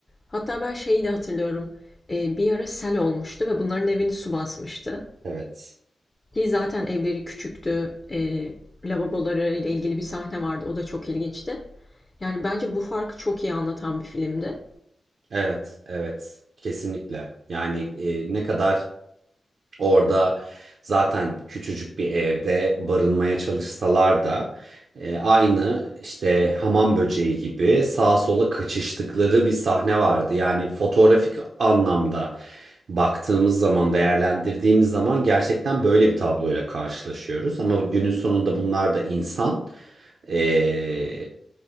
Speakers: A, on the left; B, on the right.
A: Hatta ben şeyi de hatırlıyorum. E, bir ara sel olmuştu ve bunların evini su basmıştı.
B: Evet.
A: Ki zaten evleri küçüktü. E, lavaboları ile ilgili bir sahne vardı. O da çok ilginçti. Yani bence bu farkı çok iyi anlatan bir filmdi.
B: Evet, evet. Kesinlikle. Yani e, ne kadar Orada zaten küçücük bir evde barınmaya çalışsalar da e, aynı işte hamam böceği gibi sağa sola kaçıştıkları bir sahne vardı. Yani fotoğrafik anlamda baktığımız zaman, değerlendirdiğimiz zaman gerçekten böyle bir tabloyla karşılaşıyoruz. Ama günün sonunda bunlar da insan. E,